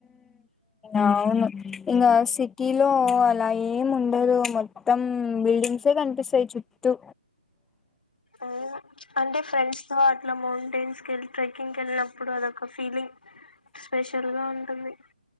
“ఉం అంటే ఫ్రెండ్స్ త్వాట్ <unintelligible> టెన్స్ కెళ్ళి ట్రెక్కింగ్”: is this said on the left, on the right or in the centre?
Left